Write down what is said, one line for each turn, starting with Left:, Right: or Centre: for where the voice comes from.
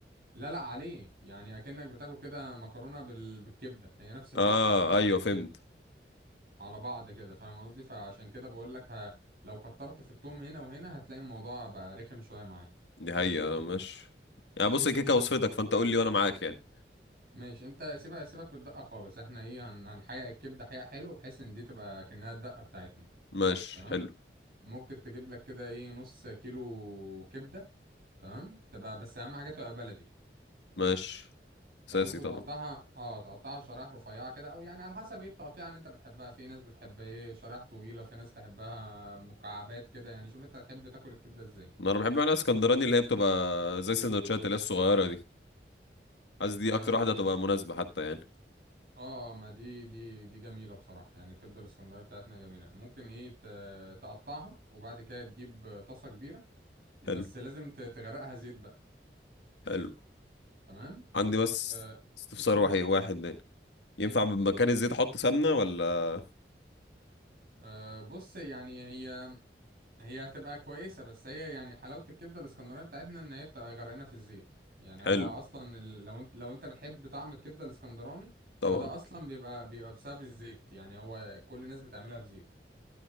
Right: لا لا عليه يعني اكنك بتاكل كده مكرونه بال- بالكبده هي نفس الفكره
Left: اه
Right: هو كشري
Left: ايوه
Right: بالكبده
Left: فهمت
Right: على بعض كده فاهم قصدي فعشان كده بقول لك ه... لو كترت في التوم هنا وهنا هتلاقي الموضوع بقى رخم شويه معاك
Left: دي حقيقة آه، ماشي يعني بص هي كيكة وصفتك فانت قول لي وانا معاك يعني
Right: ماشي انت سيبها سيبك بالدقه خالص احنا ايه هن... هنحقق الكبده حقيقه حلو بحيث ان دي تبقى كأنها الدقه بتاعتنا
Left: ماشي
Right: تمام
Left: حلو
Right: ممكن تجيب لك كده ايه نص كيلو كبده تمام تبقى بس اهم حاجه تبقى بلدي
Left: ماشي
Right: تمام
Left: اساسي
Right: وتقطعها
Left: طبعا
Right: اه تقطعها شرايح رفيعه كده او يعني على حسب ايه التقطيع اللي انت بتحبها في ناس بتحب ايه شرايح طويله في ناس تحبها مكعبات كده يعني شوف انت تحب تاكل الكبده ازاي
Left: ما انا بحب انا اسكندراني اللي هي بتبقى زي السندوتشات اللي هي الصغيرة دي قصدي
Right: آه،
Left: اكتر واحدة هتبقى مناسبة حتى يعني
Right: اه آه، ما دي دي دي جميلة بصراحة يعني الكبدة الاسكندرية بتاعتنا جميلة ممكن ايه ت- تقطعها وبعد كده تجيب آه، طاسة كبيرة بس
Left: حلو
Right: لازم ت- تغرقها زيت بقى
Left: حلو
Right: تمام
Left: عندي
Right: وت...
Left: بس
Right: <coughs>
Left: استفسار واحد واحد يعني
Right: <clears throat> مم.
Left: ينفع بمكان الزيت احط سمنة ولا
Right: آه بص يعني هي هي هتبقى كويسة بس هي يعني حلاوة الكبدة الاسكندرية بتاعتنا ان هي بتبقى غرقانة في الزيت يعني هو
Left: حلو
Right: اصلا ال- لو انت لو انت بتحب طعم الكبدة الاسكندراني
Left: طبعا
Right: فده اصلا بيبقى بيبقى بسبب الزيت يعني هو كل الناس بتعملها بزيت